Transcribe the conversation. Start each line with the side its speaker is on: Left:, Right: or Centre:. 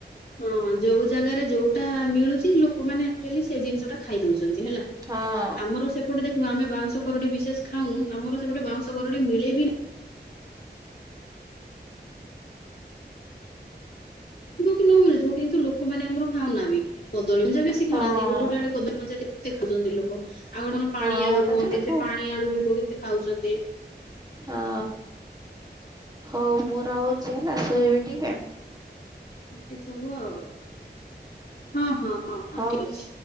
Left: ହଁ ଯୋଉ ଜାଗାରେ ଯୋଉଟା ମିଳୁଛି ଲ ଲୋକମାନେେ ଆଆଲି ସେ ଜିଷଟା ଖାଇ ଦଉଛନ୍ତି ହେଲା
Right: ହଁ
Left: ଆମର ସେପଟେ ଦେଖ କିୁ ଆମେ ବାଉଁଶ କରରଡି ବିଶେଷ ଖାଉନୁ ଆମର ସେପଟେ ବାଉଁଶ କରରଡି ମିଳେ ବିନି କି ନ ମିଳେ କିନ୍ତୁ ଲୋକମାନେ ଆର ଖାଉନାହା ବି କଦଳୀ ମଞା ବେଶ ଖାଉନାହା
Right: ହଁ ହଁ
Left: ଗୋଟେଡ କଦଳୀ ମଞଜାେ ଦେଖାଉଛନ୍ତି ଲୋକ ଆଉ ଗ କଣ ପାଣି
Right: ଆମ
Left: ଆଳୁ
Right: ଆଡେ
Left: କୁହନ୍ତି
Right: ତ ଦେଖ
Left: ସେ ପାଣି ଆଳୁ କେତେ ଖାଉଛନ୍ତି
Right: ହଁ ହଉ ମୁଁ ରହୁଛି ହେଲା ଶୋଇବି ଟିକେ
Left: ଏତି ସବୁ ଆଉ ହଁ ହଁ ହଁ
Right: ହଉ
Left: ହଁ ଠିକ ଅଛି।